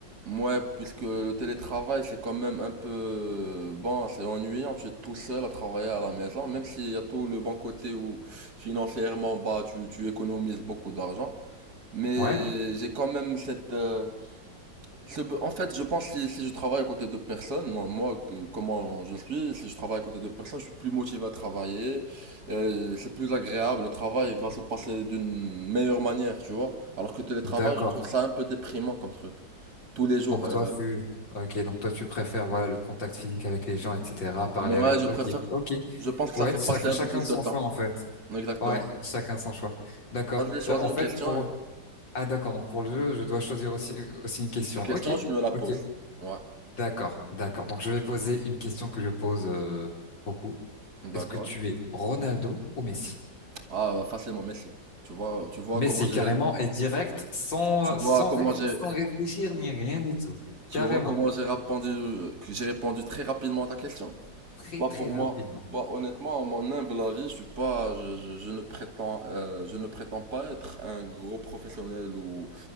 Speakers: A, on the right; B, on the left.
A: ouais, puisque le télétravail c'est quand même un peu euh, bon, c'est ennuyant, tu es tout seul à travailler à la maison même s'il y a tout le bon côté où financièrement bah tu tu économises beaucoup d'argent, mais
B: Ouais,
A: j'ai quand même cette euh, c'est- En fait, je pense que si, si je travaille à côté de personnes, non, moi, que- comment je suis, si je travaille à côté de personnes, je suis plus motivé à travailler, euh, c'est plus agréable, le travail va se passer d'une meilleure manière, tu vois. Alors que télétravail,
B: d'accord.
A: je trouve ça un peu déprimant comme truc, tous les jours.
B: Donc
A: euh,
B: toi tu, ok, donc toi tu préfères voilà le contact physique avec les gens, etc. Parler
A: moi,
B: avec,
A: je
B: ok,
A: préfère,
B: ok.
A: je pense que
B: Ouais,
A: ça fait
B: chac-
A: passer un
B: chacun
A: peu plus
B: son
A: de temps.
B: choix en fait.
A: Exactement.
B: Ouais, chacun son choix. D'accord.
A: Vas-y, choisis
B: Euh, en
A: une
B: fait
A: question,
B: pour,
A: et-
B: ah d'accord. Donc pour le jeu, je dois choisir aussi euh, aussi une question.
A: une question,
B: Ok,
A: tu me la
B: ok.
A: poses. Ouais,
B: D'accord, d'accord. Donc je vais poser une question que je pose euh, beaucoup. Est-ce
A: d'accord.
B: que tu es Ronaldo ou Messi?
A: Ah, facilement, merci. Tu vois, tu vois
B: Messi,
A: comment j'ai,
B: carrément, et direct, sans,
A: tu
B: euh,
A: vois
B: sans,
A: comment
B: ré-
A: j'ai,
B: sans réfléchir ni rien du tout.
A: Tu
B: Carrément.
A: vois comment j'ai répondu, que j'ai répondu très rapidement à ta question?
B: Très,
A: Bah
B: très
A: pour
B: rapidement.
A: moi, bah honnêtement, à mon humble avis, je suis pas, je, je- je ne prétends, euh, je ne prétends pas être un gros professionnel ou